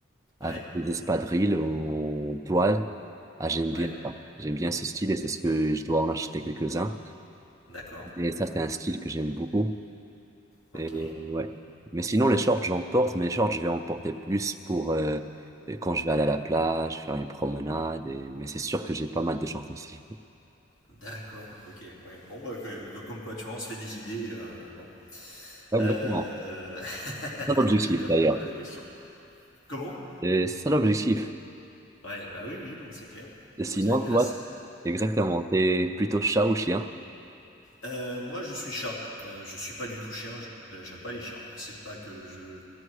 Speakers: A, on the right; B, on the left.
A: avec
B: Ouais,
A: des espadrilles en toile. Ah, j'aime
B: ouais,
A: bien ça. J'aime bien ce style et c'est ce que je dois en acheter quelques-uns.
B: d'accord.
A: Et ça, c'est un style que j'aime beaucoup.
B: Ok.
A: Et ouais. Mais sinon, les shorts, j'en porte, mais les shorts, je vais en porter plus pour euh, quand je vais aller à la plage, faire une promenade. et- Mais c'est sûr que j'ai pas mal de shorts aussi. <laughs>
B: D'accord, ok. Ouais. Bon, bah, que- que- comme quoi, tu vois, on se fait des idées. euh, bon. Euh,
A: Exactement.
B: <laughs>
A: C'est l'objectif
B: J'ai bien
A: d'ailleurs.
B: fait de poser la question. Comment?
A: Et c'est ça l'objectif.
B: Ouais, bah oui, oui, non, c'est clair.
A: Et sinon,
B: On brise la glace.
A: toi, exactement, t'es plutôt chat ou chien?
B: Euh, moi, je suis chat. Euh, je suis pas du tout chien. je- J'aime pas les chiens. Oh, C'est pas que je,